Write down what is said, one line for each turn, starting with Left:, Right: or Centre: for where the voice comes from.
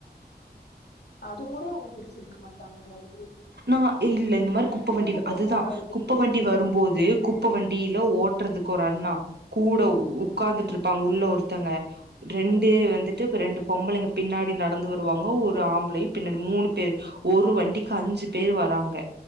Left: அது கூட அவங்க பிடிச்சிருக்க மாட்டாங்களாயி
Right: நா இல்ல இந்த மாரி குப்ப வண்டி
Left: குப்பைன்னா
Right: அதுதான்
Left: பரவால்ல வேஸ்ட்டு
Right: குப்ப வண்டி வரும்போது குப்ப வண்டியில ஓட் ட்றதுக்கு ஒரு அண்ணா கூட
Left: ம்
Right: உக்காந்துட்டுரு ப்பாங்க உள்ள ஒருத்தங்க ரெண்டு
Left: ம்
Right: வந்துட்டு இப்ப ரெண்டு பொம்பளைங்க பின்னாடி நடந்து வருவாங்க ஒரு ஆம்பளை பின்னாடி மூணு பேர் ஒரு வண்டிக்கு அஞ்சு பேர் வராங்க